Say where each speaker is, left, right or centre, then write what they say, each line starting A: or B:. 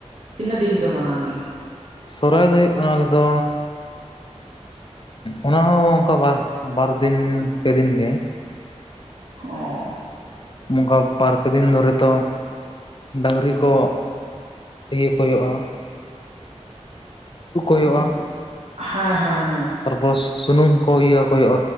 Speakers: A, on the right (about 70°); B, on the left (about 45°).
A: ᱛᱤᱱᱟᱹᱜ ᱫᱤᱱ ᱯᱮ ᱢᱟᱱᱟᱣ ᱜᱮᱭᱟ?
B: ᱥᱚᱦᱚᱨᱟᱭ ᱫᱚ ᱦᱩᱭᱩᱜ ᱠᱟᱱᱟ ᱟᱞᱮᱫᱚ ᱚᱱᱟᱦᱚ ᱚᱱᱠᱟ ᱵᱟᱨ ᱵᱟᱨ ᱫᱤᱱ ᱯᱮ ᱫᱤᱱ ᱜᱮ᱾
A: ᱚ ᱾
B: ᱝᱠᱟ ᱵᱟᱨᱯᱮ ᱫᱤᱱ ᱫᱷᱚᱨᱮ ᱛᱚ ᱰᱟᱝᱨᱤ ᱠᱚ ᱤᱭᱟᱹ ᱠᱚᱭᱚᱜ ᱟ᱾
A: ᱦᱮᱸ
B: ᱦᱩᱭᱩᱜᱼᱟ
A: ᱦᱮᱸ ᱦᱮᱸ᱾
B: ᱛᱟᱨᱯᱚᱨ ᱥᱩᱱᱩᱢ ᱠᱚ ᱤᱭᱟᱹᱠᱚ ᱦᱩᱭᱩᱜ ᱟ